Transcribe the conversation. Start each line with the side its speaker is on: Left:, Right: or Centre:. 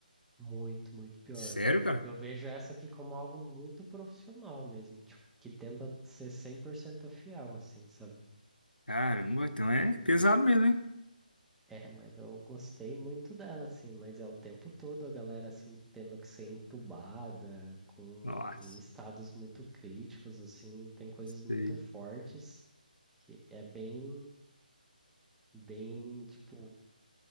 Centre: Muito, muito pior.
Left: Sério, cara?
Centre: Eu vejo essa aqui como algo muito profissional mesmo, tipo, que tenta ser 100% fiel, assim, sabe?
Left: Caramba, então é pesado mesmo, hein?
Centre: É, mas eu gostei muito dela, assim, mas é o tempo todo a galera, assim, tendo que ser entubada, com,
Left: Nossa,
Centre: em estados muito críticos, assim, e tem coisas muito
Left: sei.
Centre: fortes que é bem, bem, tipo,